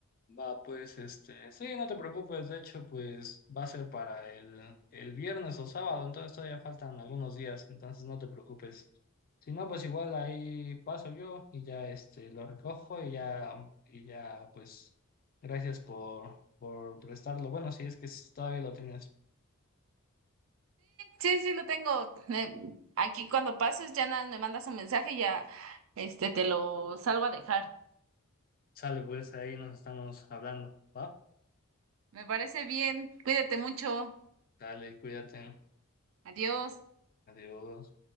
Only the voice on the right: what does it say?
Sí, sí, lo tengo. Eh, Aquí cuando pases ya nada, me mandas un mensaje y ya este te lo salgo a dejar.
Me parece bien. Cuídate mucho.
Adiós.